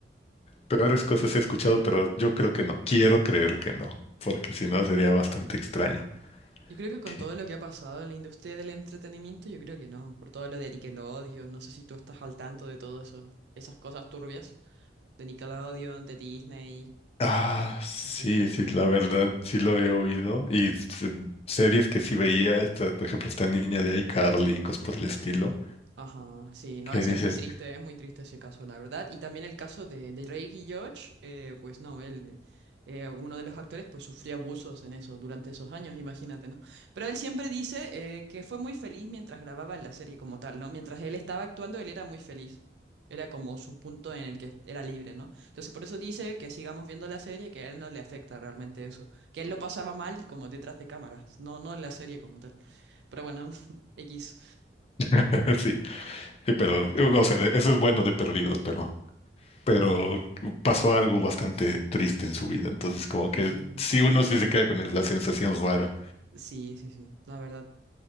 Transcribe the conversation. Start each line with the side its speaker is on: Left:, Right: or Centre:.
Left: Peores cosas he escuchado, pero yo creo que no. Quiero creer que no, porque si no sería bastante extraño.
Right: Yo creo que con
Left: ¿Qué?
Right: todo lo que ha pasado en la industria del entretenimiento, yo creo que no. Por todo lo de Nickelodeon, no sé si tú estás al tanto de todo eso, esas cosas turbias. de Nickelodeon, de Disney.
Left: Ah, sí,
Right: Sí, sí, sí.
Left: sí, la verdad, sí lo he oído. Y s- series que sí veía, esta, por ejemplo, esta niña de iCarly y cosas por el estilo,
Right: Ajá, sí, no,
Left: que
Right: ese
Left: dices,
Right: es muy triste, es muy triste ese caso, la verdad. Y también el caso de, de Drake y Josh, eh, pues no, él, eh, uno de los actores, pues sufrió abusos en eso durante esos años, imagínate, ¿no? Pero él siempre dice eh, que fue muy feliz mientras grababa la serie como tal, ¿no? Mientras él estaba actuando, él era muy feliz. Era como su punto en el que era libre, ¿no? Entonces por eso dice que sigamos viendo la serie, que a él no le afecta realmente eso. Que él lo pasaba mal como detrás de cámaras, no, no en la serie como tal. Pero bueno, <laughs> X.
Left: <laughs> sí, sí, pero, o sea, de- eso es bueno de perdido, pero... pero pasó algo bastante triste en su vida, entonces como que
Right: Ujú.
Left: sí uno sí se queda con el- la sensación rara
Right: Sí, sí, sí, la verdad.